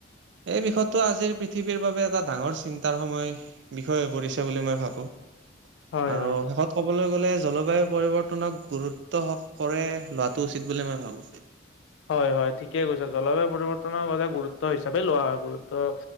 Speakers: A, on the right (about 70°); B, on the left (about 80°).
A: এই বিষয়টো আজিৰ পৃথিৱীৰ বাবে এটা ডাঙৰ চিন্তাৰ সময়, বিষয় হৈ পৰিছে বুলি মই ভাবো,
B: হয়
A: আৰু
B: হয় হয়।
A: লগত ক'বলৈ গ'লে জলবায়ু পৰিৱৰ্তনক গুৰুত্ব কৰে লোৱাটো উচিত বুলি মই ভাবো।
B: হয়, হয়, ঠিকেই কৈছে জলবায়ু পৰিৱৰ্তনৰ গুৰুত্ব হিচাপে লোৱা হয় গুৰুত্ব